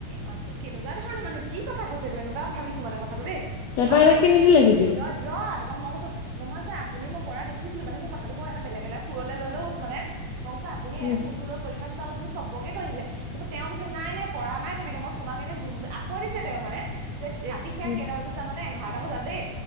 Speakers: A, on the right; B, on the left.
A: ভাবিছোঁ এই মানুহ কেকুৱা ধৰণৰ মানুহ কি কথা কৈছে এইটো এনেকুৱা ভিছো মানে কথাটো দেই
B: তাৰপা
A: তাপা
B: এতিয়া কি নিদিলে ভিডিঅ'
A: <unintelligible> তাৰপৰা মই কৈছো, নহয় ছাৰ আপুনি মই কৰা দেখিছিলো, মানে মোক কথাটো মই এটা বেলেগ-বেলেগ সুৰলে লৈ গৈছো মানে। মই কৈছোঁ আপুনি এনেকে
B: উম
A: ফোনটো লৈ কৰি থকা নিচ তুমি চবকে কৈছিলে, তাৰপৰা তেওঁ কৈছে, নাই নাই কৰা নাই তেনেকে, মই তোমাক এনে জুম, আকৌ দিছে তেওঁ মানে, যে ৰাতি সেইয়া
B: উম
A: কেইটা বজাত জানানে, এঘ এঘাৰটা বজাত দেই।